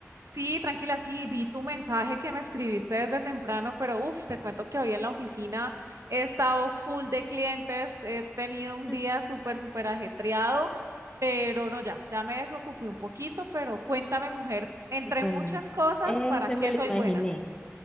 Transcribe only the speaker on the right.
Sí, tranquila, sí, vi tu mensaje que me escribiste desde temprano, pero uff, te cuento que hoy en la oficina he estado full de clientes, he tenido un
día súper, súper ajetreado, pero no, ya, ya me desocupé un poquito, pero cuéntame, mujer, entre
muchas cosas,
¿para qué
soy
buena?